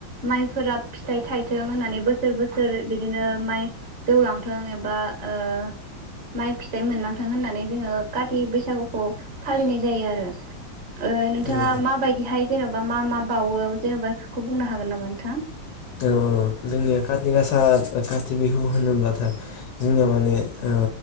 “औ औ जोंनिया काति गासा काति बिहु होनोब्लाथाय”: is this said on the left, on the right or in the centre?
Left